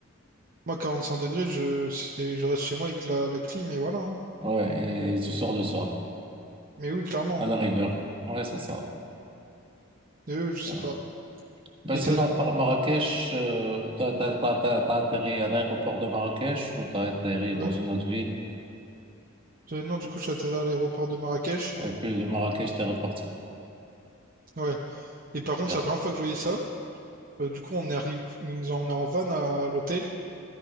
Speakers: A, on the right; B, on the right.
A: Moi, 45 degrés, je, c'est- je reste chez moi avec la, la clim, et voilà. hein.
B: Ouais, et, tu sors le soir,
A: Mais oui, clairement.
B: à la rigueur. Ouais, c'est ça.
A: Et eux, je sais
B: Ouais.
A: pas.
B: Bah
A: Et
B: sinon,
A: t'as.
B: à part Marrakech, euh, t'as, t'as- t'as- t'as- t'as atterri à l'aéroport de Marrakech ou t'as atterri
A: Ouais.
B: dans une autre ville
A: Euh, Non, du coup, je suis atterri à l'aéroport de Marrakech.
B: et puis de Marrakech, t'es reparti.
A: Ouais. Et par contre,
B: Super.
A: c'est la première fois que je voyais ça. Euh, du coup, on est arrivé, ils nous ont emmenés en van à l'hôtel.